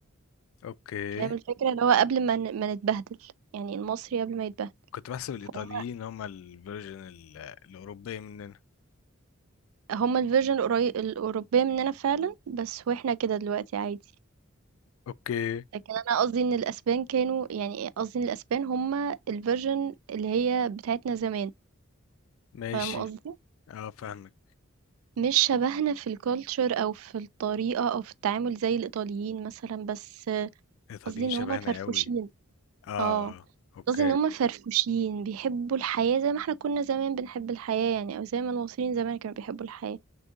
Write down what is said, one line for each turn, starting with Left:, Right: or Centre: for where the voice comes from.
Left: اوكي
Right: فاهم الفكرة؟ اللي هو قبل ما ن ما نتبهدل، يعني المصري قبل ما يتبهدل،
Left: كنت بحسب الايطاليين
Right: فهُم
Left: هم الفيرجن ال- الاوروبيه مننا
Right: هُم الversion القري الأوروبية مننا فعلًا، بس وإحنا كده دلوقتي عادي،
Left: اوكي
Right: لكن أنا قصدي إن الأسبان كانوا يعني قصدي إن الأسبان هُم الversion اللي هي بتاعتنا زمان،
Left: ماشي
Right: فاهم قصدي؟
Left: اه فاهمك
Right: مش شبهنا في الculture أو في الطريقة أو في التعامل زي الإيطاليين مثلًا، بس
Left: الايطاليين
Right: قصدي إن
Left: شبهنا
Right: هُم فرفوشين،
Left: قوي اه
Right: آه،
Left: اه اوكي
Right: قصدي إن هُم فرفوشين، بيحبوا الحياة زي ما إحنا كنا زمان بنحب الحياة يعني، أو زي ما المصريين زمان كانوا بيحبوا الحياة.